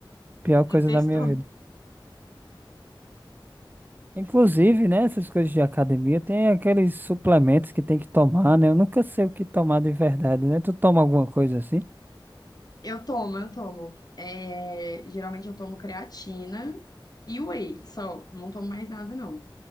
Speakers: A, on the right; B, on the left.
A: pior
B: Detesto.
A: coisa da minha vida. Inclusive, né, essas coisas de academia, tem aqueles suplementos que tem que tomar, né? Eu nunca sei o que tomar de verdade, né? Tu toma alguma coisa assim?
B: Eu tomo, eu tomo. É, geralmente eu tomo creatina e whey, só. Não tomo mais nada, não.